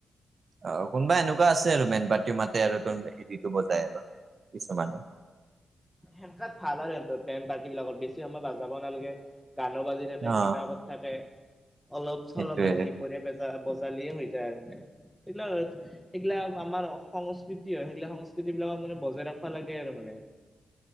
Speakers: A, on the right (about 55°); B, in the centre.
A: অ', কোনবা এনেকুৱা আছে আৰু বেনপাৰ্টি মাতে আৰু ত হেৰিটো বজাই আৰু কিছুমানে।
B: সেনকাত ভাল আৰু সিহঁতৰ বেন পাৰ্টি বিলাকৰ। বেছি সময় বাজাব নালাগে, গানো বাজি থাকে
A: অ
B: কিবা কত থাকে, অলপ চলপ
A: সেইটোয়ে
B: মানে দিপৰীয়া
A: অ
B: বজা বজালিয়ে হৈ যায় আৰু মানে। <unintelligible> এইগলা আমাৰ অস সংস্কৃতি হয়, সেইগলা সংস্কৃতি বিলাকক মানে বজাই ৰাখবা লাগে আৰু মানে।